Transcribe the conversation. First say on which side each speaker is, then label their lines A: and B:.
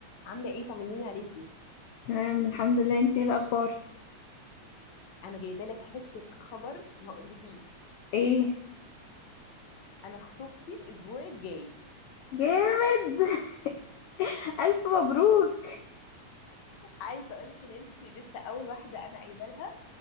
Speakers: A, on the left; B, on the left.
A: عامله ايه طمنيني عليكي
B: تمام الحمد لله انتي ايه الاخبار
A: انا جايبه لك حته خبر ما اقولكيش
B: ايه
A: انا خطوبتي الاسبوع الجاي
B: جامد <laughs> الف مبروك
A: عايزه اقولك ان انت لسه اول واحده انا قايله لها